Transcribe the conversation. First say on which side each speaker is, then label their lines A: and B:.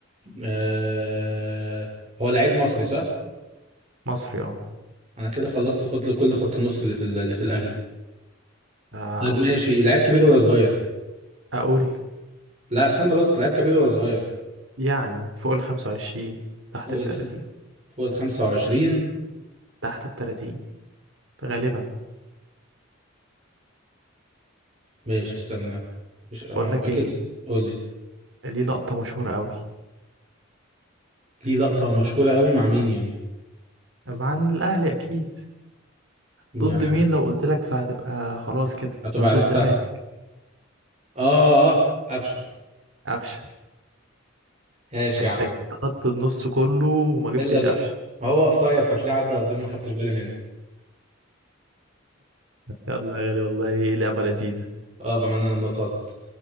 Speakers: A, on the right; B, on the right.
A: أه... هو لعيب مصري صح؟
B: مصري اه
A: أنا كده خلصت خد له كل خط النص اللي في ال- اللي في الأهلي
B: أقول
A: طب ماشي لعيب كبير ولا صغير؟
B: أقول
A: لا استنى بس لعيب كبير ولا صغير؟
B: يعني فوق الخمسة وعشرين
A: فوق
B: تحت التلاتين
A: الخ... فوق ال 25
B: تحت التلاتين غالبا
A: ماشي استنى مش هو
B: بقول لك
A: أكيد
B: ايه
A: قول لي
B: ليه لقطة مشهورة قوي
A: ليه لقطة مشهورة قوي مع مين يعني؟
B: مع الأهلي أكيد
A: يعني
B: ضد مين لو قلت لك فهتبقى خلاص كده
A: هتبقى
B: ضد
A: عرفتها
B: الزمالك
A: آه آه قفشة
B: قفشة
A: ماشي
B: أنت
A: يا
B: جبت خط النص كله وما جبتش
A: الا ده
B: قفشة
A: هو قصير فتلاقيه عدى قدامي ما خدتش بالي منه
B: يلا يا غالي والله لعبة لذيذة
A: اه بما ان انا انبسطت